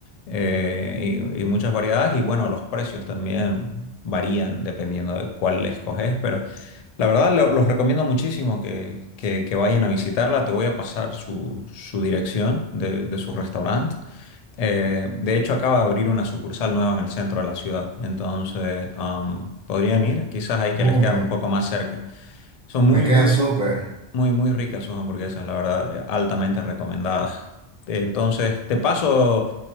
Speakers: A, on the left (about 60°); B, in the centre.
A: Eh, y, y muchas variedades y bueno, los precios también varían dependiendo de cuál le escoges, pero la verdad lo- los recomiendo muchísimo que, que- que vayan a visitarla. Te voy a pasar su, su dirección de, de su restaurante. Eh, de hecho, acaba de abrir una sucursal nueva en el centro de la ciudad, entonces am, podrían ir, quizás ahí que
B: Uh,
A: les queda
B: me,
A: un poco más cerca. Son muy,
B: me queda
A: muy,
B: súper.
A: muy, muy, muy ricas sus hamburguesas, la verdad, eh, altamente recomendadas. Entonces, te paso,